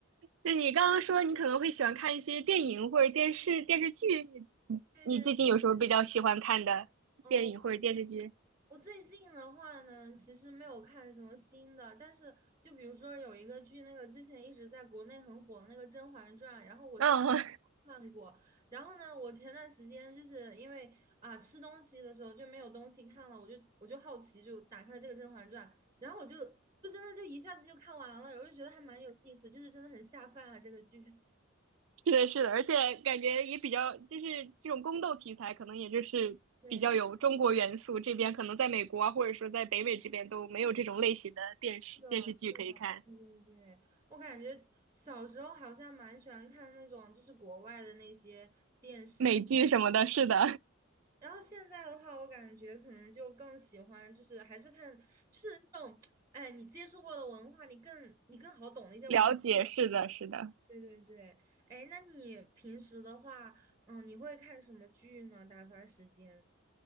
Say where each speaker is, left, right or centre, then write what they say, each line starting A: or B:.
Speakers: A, on the right; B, on the right.
A: 那你刚刚说你可能会喜欢看一些电影或者电视电视剧，你你你最近有什么比较喜欢看的电影或者电视剧？
B: 对对。哦，我最近的话呢，其实没有看什么新的，但是就比如说有一个剧，那个之前一直在国内很火的那个《甄嬛传》，然后我是
A: 嗯，
B: 看过，然后呢，我前段时间就是因为啊吃东西的时候就没有东西看了，我就我就好奇就打开了这个《甄嬛传》，然后我就就真的就一下子就看完了，我就觉得还蛮有意思，就是真的很下饭啊这个剧。<laughs>
A: <laughs> 是的，是的，而且感觉也比较，就是这种宫斗题材，可能也就是比较有中国元素，
B: 对，
A: 这边可能在美国啊，或者说在北美这边都没有这种类型的电视电视剧可以看，
B: 是的，是的，对对对，我感觉小时候好像蛮喜欢看那种就是国外的那些电视，
A: 美剧什么的，是的。
B: 然后现在的话，我感觉可能就更喜欢就是还是看就是那种，哎，你接触过的文化，你更你更好懂的一些文化
A: 了解，是的，是的。
B: 对对对，哎，那你平时的话，嗯，你会看什么剧呢？打发时间？